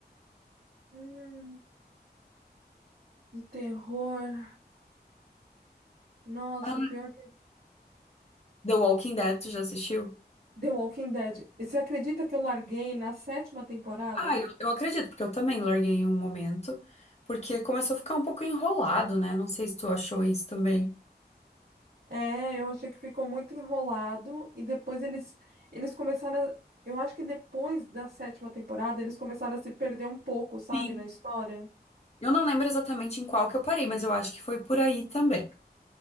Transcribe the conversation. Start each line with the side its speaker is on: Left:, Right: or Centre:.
Right: Hum. De terror. Nossa,
Left: Ah,
Right: pior que.
Left: The Walking Dead, tu já assistiu?
Right: The Walking Dead. E Você acredita que eu larguei na sétima temporada?
Left: Ah, eu, eu acredito, porque eu também larguei em um momento, porque começou a ficar um pouco enrolado, né? Não sei se tu achou isso também.
Right: É, eu achei que ficou muito enrolado. E depois eles, eles começaram. a- Eu acho que depois da sétima temporada, eles começaram a se perder um pouco, sabe,
Left: Sim.
Right: na história.
Left: Eu não lembro exatamente em qual que eu parei, mas eu acho que foi por aí também.